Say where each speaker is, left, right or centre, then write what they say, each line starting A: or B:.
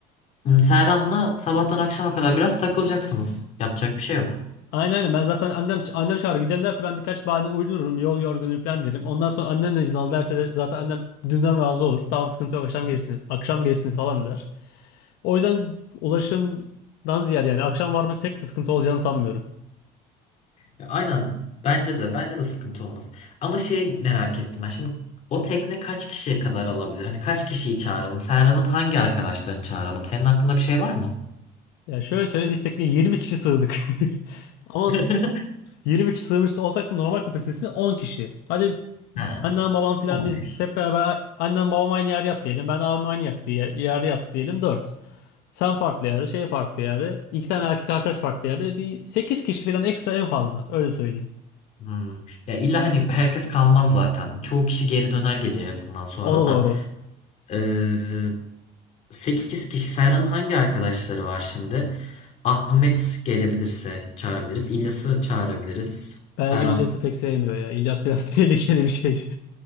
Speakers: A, on the left; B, on the left.
A: m, Serhan'la sabahtan akşama kadar biraz takılacaksınız. Yapacak bir şey yok.
B: Aynen aynen ben zaten annem annem çağırır gidelim derse ben birkaç bahane uydururum yol yorgunum falan derim. Ondan sonra annem de izin al derse de zaten annem dünden razı olur. Tamam sıkıntı yok akşam gelirsiniz. Akşam gelirsiniz falan der. O yüzden ulaşımdan ziyade yani akşam varmak pek de sıkıntı olacağını sanmıyorum.
A: Ya, aynen bence de bence de sıkıntı olmaz. Ama şey merak ettim ben şimdi o tekne kaç kişiye kadar alabilir? Hani kaç kişiyi çağıralım? Serhan'ın hangi arkadaşlarını çağıralım? Senin aklında bir şey var mı?
B: Yani şöyle söyleyeyim biz tekneye 20 kişi sığdık. <laughs> Ama
A: <laughs>
B: 20 kişi sığmış olsak da normal kapasitesi 10 kişi. Hadi
A: Ha,
B: annem babam falan
A: 15.
B: biz hep beraber annem babam aynı yerde yat diyelim. Ben abim aynı yerde, yerde yat diyelim 4. Sen farklı yerde, şey farklı yerde, iki tane erkek arkadaş farklı yerde. Bir 8 kişi falan ekstra en fazla. Öyle söyleyeyim.
A: Hmm. Ya illa hani herkes kalmaz zaten. Çoğu kişi geri döner gece yarısından sonra
B: O da
A: da.
B: doğru.
A: Ee, 8 kişi. Serhan'ın hangi arkadaşları var şimdi? Ahmet gelebilirse çağırabiliriz. İlyas'ı çağırabiliriz.
B: Belgin
A: Serhan
B: İlyas'ı pek sevmiyor ya. İlyas biraz <laughs> tehlikeli bir şey.